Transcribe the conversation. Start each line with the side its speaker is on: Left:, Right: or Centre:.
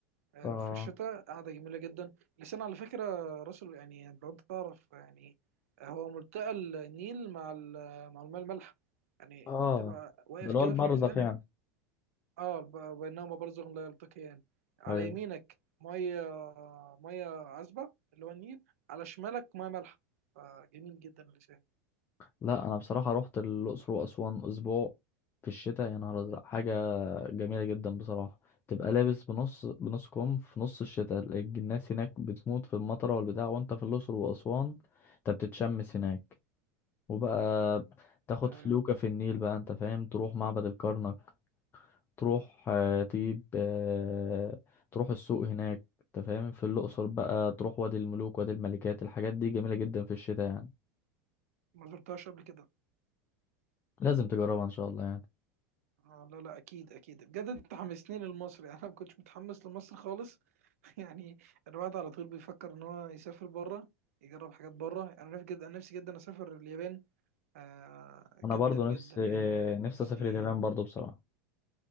Right: آه،
Left: اه
Right: في الشتاء قاعده جميله جدا اللسان على فكره راس ال- يعني لو انت تعرف يعني آه، هو ملتقى النيل مع ال- مع الماء المالح يعني
Left: اه
Right: انت بتبقى واقف
Left: ده اللي
Right: كده
Left: هو المرضخ
Right: في اللسان
Left: يعني
Right: اه ب- بينهما برزخ لا يلتقيان على
Left: ايوه
Right: يمينك ميه ميه عذبه اللي هو النيل على شمالك ميه مالحه فجميل جدا اللسان
Left: لا انا بصراحة رحت الأقصر وأسوان أسبوع في الشتاء يا نهار أزرق حاجة جميلة جدا بصراحة تبقى لابس بنص بنص كم في نص الشتاء الناس هناك بتموت في المطرة والبتاع وانت في الأقصر وأسوان انت بتتشمس هناك وبقى تاخد
Right: آه
Left: فلوكة في النيل بقى انت فاهم تروح معبد الكرنك تروح آه، تجيب آه، تروح السوق هناك انت فاهم في الأقصر بقى تروح وادي الملوك وادي الملكات الحاجات دي جميلة جدا في الشتاء يعني
Right: ما زرتهاش قبل كده
Left: لازم تجربها ان شاء الله يعني
Right: آه لا لا اكيد اكيد بجد انت حمسني لمصر <laughs> يعني انا ما كنتش متحمس لمصر خالص <laughs> يعني الواحد على طول بيفكر ان هو يسافر بره يجرب حاجات بره انا نفسي جدا انا نفسي جدا اسافر اليابان آه جدا
Left: انا برضو
Right: جدا
Left: نفسي
Right: يعني
Left: آه،
Right: يعني
Left: نفسي
Right: نفسي
Left: اسافر اليابان برضو بصراحة